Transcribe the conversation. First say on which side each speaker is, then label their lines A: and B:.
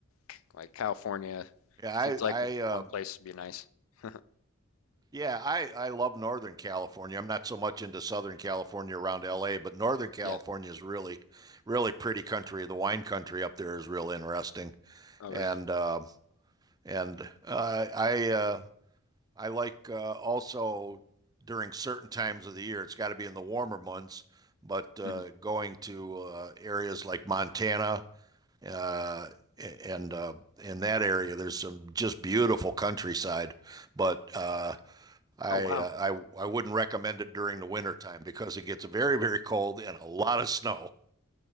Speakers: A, on the left; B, on the right.
A: c- like California
B: Yeah, I
A: seems like
B: I um
A: one place would be nice. <laughs>
B: yeah, I I love Northern California. I'm not so much into Southern California around L.A., but Northern California
A: Yeah.
B: is really really pretty country. The wine country up there is real interesting,
A: Oh,
B: and
A: really?
B: um and uh, I uh, I like uh, also during certain times of the year. It's got to be in the warmer months, but uh,
A: hmm
B: going to uh, areas like Montana uh, and uh, in that area, there's some just beautiful countryside. But uh, I,
A: Oh, wow.
B: uh, I I wouldn't recommend it during the winter time because it gets very very cold and a lot of snow,